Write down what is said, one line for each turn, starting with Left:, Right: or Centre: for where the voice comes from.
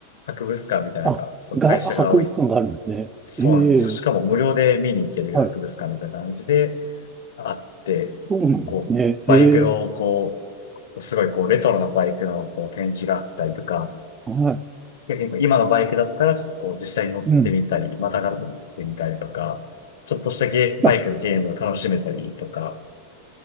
Left: 博物館みたいなのが、
Right: あ、
Left: そう会社が多い
Right: が、博物館があるんですね。
Left: そうなんです。
Right: ええ、
Left: しかも無料で見に行ける博物館みたいな感じで
Right: はい。
Left: あって、
Right: そうなんですね。
Left: こう、バイクの、
Right: ええ、
Left: こう、すごいこう、レトロなバイクのこう展示があったりとか、
Right: はい。
Left: 逆にこう今のバイクだったら、ちょっとこう、実際に乗ってみたり、
Right: うん。
Left: またがってみたりとか、ちょっとしたゲ、バイクのゲームを楽しめたりとか、
Right: あ、